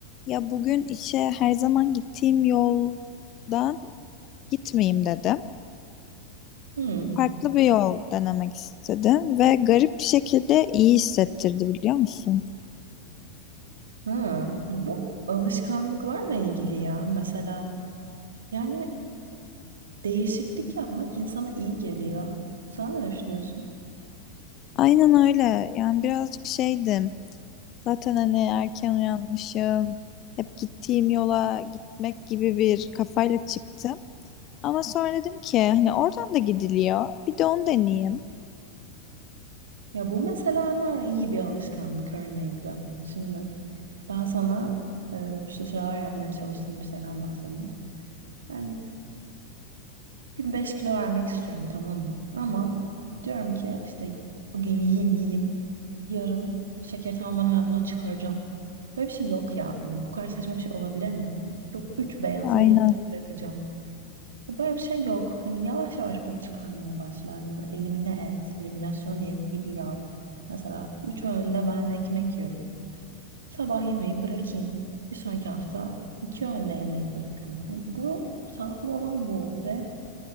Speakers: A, on the left; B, on the right.
A: Ya bugün işe her zaman gittiğim yoldan gitmeyeyim dedim.
B: Hmm.
A: Farklı bir yol denemek istedim ve garip bir şekilde iyi hissettirdi biliyor musun?
B: Ha. Bu alışkanlıklarla ilgili ya. Mesela yani değişiklik yapmak insana iyi geliyor. Sen ne düşünüyorsun?
A: Aynen öyle. Yani birazcık şeydim. Zaten hani erken uyanmışım. Hep gittiğim yola gitmek gibi bir kafayla çıktım. Ama sonra dedim ki hani oradan da gidiliyor. Bir de onu deneyeyim.
B: Ya bu mesela ama iyi bir alışkanlık örneğiydi. Şimdi ben sana e, şu sıralar yapmaya çalıştığım bir şeyden bahsedeyim. Yani 1005 kilo vermek istiyorum tamam mı? Ama diyorum ki işte bugün yiyeyim yiyeyim. Yarın şekeri tamamen hayatımdan çıkaracağım. Böyle bir şey yok ya. Hani bu kadar saçma bir şey olabilir mi? Hani yok 3 beyazı
A: Aynen.
B: yarım bırakacağım. Ya Böyle bir şey yok. Hani yavaş yavaş bunu çıkarmaya başla. Hani böyle elimine et, eliminasyon diyeti gibi yap. Mesela 3 öğünde ben ekmek yiyorum. Sabah yemeği bırakayım. Bir sonraki hafta iki öğünde yemeği bırakırım. Hani bu sağlıklı olan bu ve